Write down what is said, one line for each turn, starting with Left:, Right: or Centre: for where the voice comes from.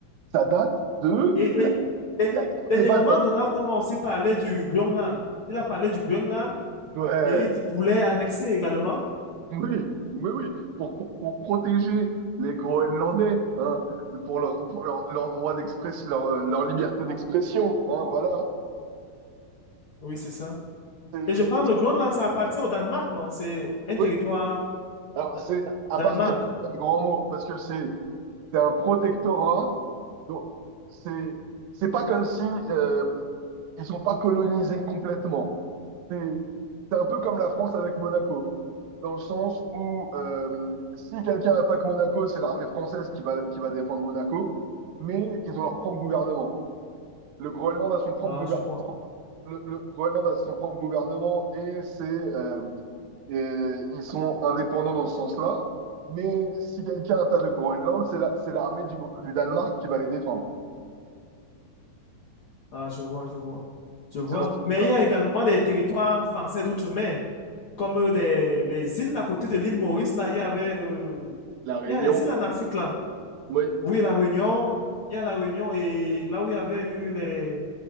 Right: Ça date de
Left: Et dé-
Right: la,
Left: dé-
Right: la guerre
Left: dernièrement,
Right: des bananes.
Left: Donald Trump a aussi parlé du Groenland. Il a parlé du Groenland
Right: Ouais,
Left: et il dit- voulait annexer également.
Right: oui, oui, oui. Pour, pour, pour protéger les Groenlandais, hein, pour leur, pour leur, leur droit d'expression, leur, euh, leur liberté d'expression, hein, voilà.
Left: Oui, c'est ça.
Right: C'est-
Left: Et je pense
Right: c'est-
Left: que le Groenland, ça appartient au Danemark, non? C'est un
Right: oui,
Left: territoire
Right: alors
Left: da-
Right: c'est à
Left: Danemark.
Right: partir d'un grand mot, parce que c'est c'est un protectorat, donc c'est c'est pas comme si euh, ils sont pas colonisés complètement. C'est c'est un peu comme la France avec Monaco. dans le sens où euh, si quelqu'un attaque Monaco, c'est l'armée française qui va, qui va défendre Monaco, mais ils ont leur propre gouvernement. Le Groenland a son propre
Left: Ah,
Right: gouvernement.
Left: je vois.
Right: Le, le Groenland a son propre gouvernement et c'est euh, et ils sont indépendants dans ce sens-là. Mais si quelqu'un attaque le Groenland, c'est la- c'est l'armée du, du Danemark qui va les défendre.
Left: Ah, je vois, je vois. Je vois.
Right: C'est dans ce
Left: Mais
Right: sens-là.
Left: il y a également des territoires français d'outre-mer. comme euh, des- les îles à côté de l'île Maurice, là, il y avait, euh,
Right: La Réunion.
Left: il y a les îles en Afrique, là.
Right: Oui,
Left: Oui, la Réunion, il y a la Réunion et là où il y avait eu les,